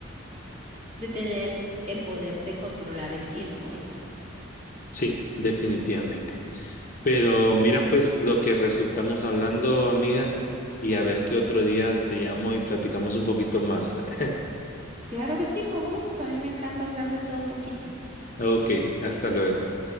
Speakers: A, on the right; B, on the left.
A: de tener el poder de controlar el tiempo, ¿verdad?
B: Sí, definitivamente. Pero mira pues lo que resultamos hablando, amiga, y a ver qué otro día te llamo y platicamos un poquito más. <laughs>
A: Claro que sí, con gusto. A mí me encanta hablar de todo un poquito.
B: Ok, hasta luego.